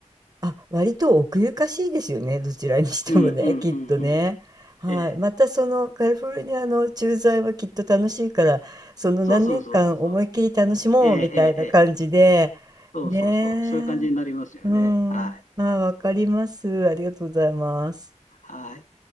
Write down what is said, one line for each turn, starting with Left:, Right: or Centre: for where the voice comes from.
Right: あ、割と奥ゆかしいですよね。どちらにしてもね、
Left: うんうんうんうん。
Right: きっとね。はい。
Left: ええ。
Right: またそのカリフォルニアの駐在はきっと楽しいから、その何年間思いっきり楽しもうみたいな感じで、
Left: そうそうそうそうそう。ええええええ。そうそうそう。
Right: ね
Left: そういう感じになりますよね。
Right: え。うん。
Left: はい。
Right: あ、わかります。ありがとうございます。
Left: はい。